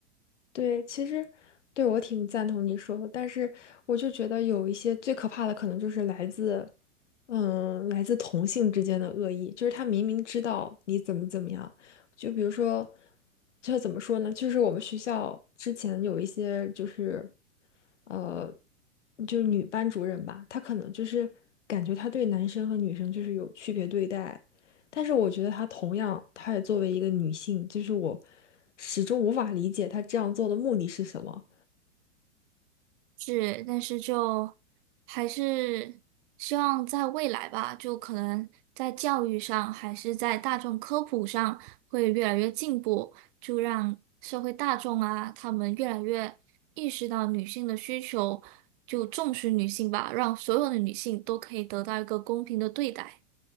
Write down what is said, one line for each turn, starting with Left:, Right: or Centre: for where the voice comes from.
Left: 对，其实对我挺赞同你说的，但是我就觉得有一些最可怕的，可能就是来自，嗯，来自同性之间的恶意，就是他明明知道你怎么怎么样，就比如说，就怎么说呢？就是我们学校之前有一些就是，呃，就是女班主任吧，她可能就是感觉她对男生和女生就是有区别对待，但是我觉得她同样，她也作为一个女性，就是我始终无法理解她这样做的目的是什么。
Right: 是，但是就还是希望在未来吧，就可能在教育上，还是在大众科普上会越来越进步，就让社会大众啊，他们越来越意识到女性的需求，就重视女性吧，让所有的女性都可以得到一个公平的对待。